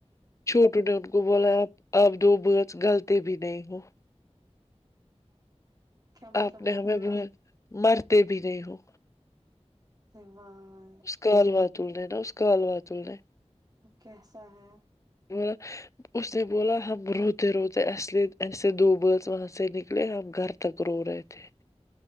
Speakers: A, on the left (about 25°); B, on the right (about 35°).
A: چھوٹوں نے ان کو بولا آپ آپ دو <unintelligible> <unintelligible> بچ غلطی بھی نہیں ہو <unintelligible> <unintelligible>
B: کیا مطلب
A: آپ نے
B: غلطی
A: ہمیں وہ مرتے بھی نہیں ہو
B: تو واہ <unintelligible>
A: اس کال وااتل نے نا اس کال وااتل نے
B: کیسا ہے
A: بولا اس نے بولا ہم روتے روتے اصلے ایسے دو برچ وہاں سے نکلے ہم گھر تک رو رہے تھے